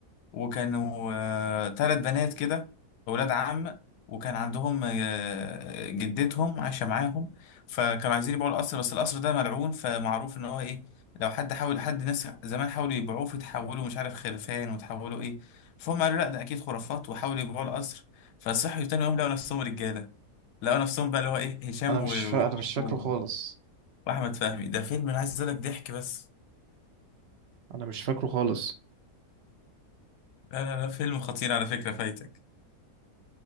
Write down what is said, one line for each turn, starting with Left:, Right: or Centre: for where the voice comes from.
Left: وكانوا آه، تلات بنات كده أولاد عم وكان عندهم آه، جدتهم عايشة معاهم فكانوا عايزين يبيعوا القصر بس القصر ده ملعون فمعروف إن هو إيه لو حد حاول حد ناس زمان حاولوا يبيعوه فتحولوا مش عارف خرفان وتحولوا إيه فهم قالوا لأ ده أكيد خرافات وحاولوا يبيعوا القصر فصحوا تاني يوم لقوا نفسهم رجالة لقوا نفسهم بقى اللي هو إيه هشام
Right: انا مش
Left: و-
Right: فا...
Left: وشيكو
Right: انا مش فاكره خالص
Left: وأحمد فهمي ده فيلم أنا عايز أقول لك ضحك بس
Right: انا مش فاكره خالص
Left: لا لا لا فيلم خطير على فكرة فايتك